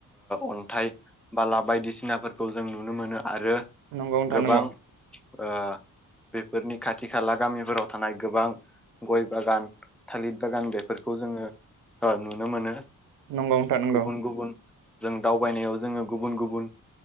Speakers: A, in the centre; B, on the right.
A: अन्थाइ बाला बायदिसिनाफोरखौ जों नुनो मोनो। आरो
B: नंगौ नोंथां
A: गोबां
B: नंगौ
A: ओ बेफोरनि खाथि खाला गामिफोराव थानाय गोबां गय बागान थालिर बागान बेफोरखौ जोङो नुनो मोनो।
B: नंगौ नोंथां नंगौ
A: गुबुन गुबुन जों दावबायनायाव जोङो गुबुन गुबुन